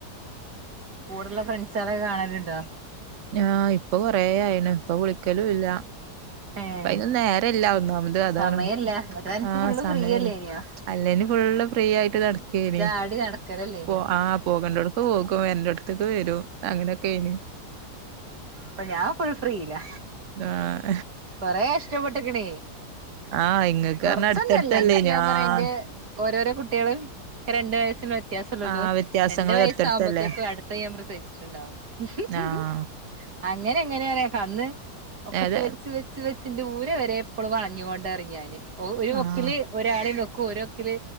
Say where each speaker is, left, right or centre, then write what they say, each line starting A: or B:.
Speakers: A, on the right; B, on the right.
A: കൂടെള്ള ഫ്രണ്ട്സാളെക്കാണല്ണ്ടോ
B: ആ ഇപ്പം കൊറേ ആയീണ് ഇപ്പം വിളിക്കലൂല്ല
A: ഏഹ്
B: പ്പയ്നൊന്നും നേരല്ല ഒന്നാമത് അതാണ്
A: സമയല്ല മറ്റേ അനക്ക്
B: ആ
A: ഫുള്ള്
B: സമയം
A: ഫ്രീയല്ലേനിയോ
B: അല്ലേലും ഫുള്ള് ഫ്രീയായിട്ട് നടക്കേനി
A: ഇജ്ജ് ആടി നടക്കലല്ലേനിയോ
B: പോ ആ പോകണ്ടോട്ക്ക് പോവും വരണ്ടോട് ഇന്ന് വരോ അങ്ങനൊക്കേനി
A: പ്പം ഞാൻ ഫുൾ ഫ്രീലാ
B: ആ
A: കാെറേ കഷ്ടപ്പെട്ട്ക്ക്ണേ
B: ആഹ് ഇങ്ങക്ക്
A: കൊർച്ചൊന്നു
B: പറഞ്ഞ അടുത്തടുത്തല്ലേനോ
A: അല്ല ൻക്ക് ഞാൻ
B: ആഹ്
A: പറയ ഇന്റെ ഓരോരോ കുട്ടികള് ക്കെരണ്ട് വയസ്സ് വെ ത്യാസല്ലെള്ളൂ
B: ആഹ് വ്യത്യാസങ്ങള്
A: രണ്ട് വയസാവുമ്പത്തേക്കും
B: അടുത്തടുത്തല്ലേ
A: അട്ത്തെ ഞാൻ പ്രസവിച്ച്ട്ട്ണ്ടാവും ഹും ഹു
B: ആഹ്
A: ഹും അങ്ങനെങ്ങനെറിയോ കന്ന് ഒക്കെട്ട്
B: ഏത്
A: വെച്ച് വെച്ച് വെ ച്ച്ന്റെ ഊര വരെ ഇപ്പളും വളഞ്ഞ് കോണ്ടാറിം ഞാന് ഒ ഒരൊക്കില്
B: ആഹ്
A: ഒരാളിം വെ ക്കും ഒരൊക്ക്‌ല്